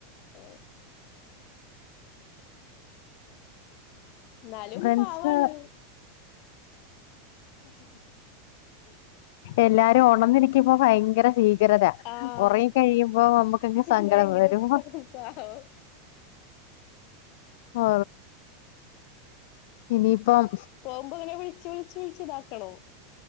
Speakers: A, on the left; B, on the left.
A: ഉം ഇന്നാലും
B: ഫ്രണ്ട്സ്
A: പാവാണ്..
B: എല്ലാരും ഉണന്നിരിക്കുമ്പോ ഭയങ്കര ചീ.. ഗ്രത
A: ആഹ്
B: ഉറങ്ങി കഴിയുമ്പോ നമ്മുക്കങ് സങ്കടം
A: ഭയങ്കര
B: വരും..
A: പാവം
B: ഓ ഇനിപ്പം..
A: നമുക്ക് ഓനെ വിളച്ച് വിളിച്ച് വിളിച്ച്താക്കണ്ണം..